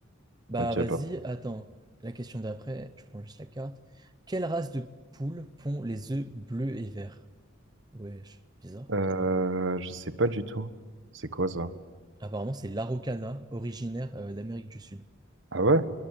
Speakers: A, on the right; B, on the right.
A: Bah
B: Ok,
A: vas-y,
B: parfait.
A: attends. La question d'après, je prends juste la carte. Quelle race de poule pond les œufs bleus et verts? Wesh, bizarre.
B: Euh, je sais pas du tout. C'est quoi ça?
A: Apparemment, c'est l'Araucana, originaire euh, d'Amérique du Sud.
B: Ah ouais?